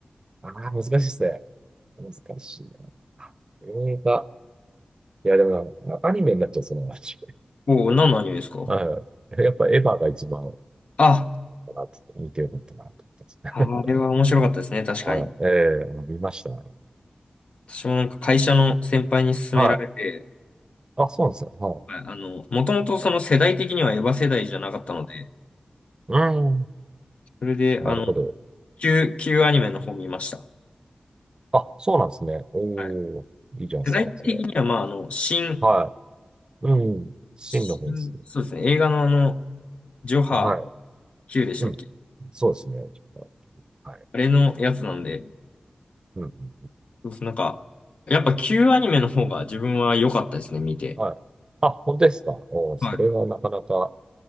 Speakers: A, on the right; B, on the left.
A: ああ、難しいですね。難しいな。あ映画。いや、でもな、アニメになっちゃう、その話。
B: おおー、何のアニメですか
A: はい。やっぱエヴァが一番か
B: あ、
A: なって見てよかったなと思ってますね。
B: あれは面白かったですね、確かに。
A: はい。ええ見ました。
B: 私もなんか会社の先輩に勧められて、
A: はい。あ、そうなんですよ。はい。
B: はいあの、もともとその世代的にはエヴァ世代じゃなかったので、
A: うーん。
B: それで、
A: なるほど。
B: あの、旧、旧アニメの方見ました。
A: あ、そうなんですね。うーん。
B: はい。
A: いいじゃないですか、
B: 世代的には、
A: それ。
B: まあ、あの、新、
A: はい。うん。真の方ですね。
B: 新、そうですね、映画のあの、ジョハ
A: はい。
B: Q でしたっけ
A: うん。そうですね。ちょっとはい。
B: あれのやつなんで、
A: うんうん
B: そうそう、なんか、やっぱ旧アニメの方が自分は良かったですね、見て。
A: うん。はい。あ、本当ですか。おー、それはなかなか
B: は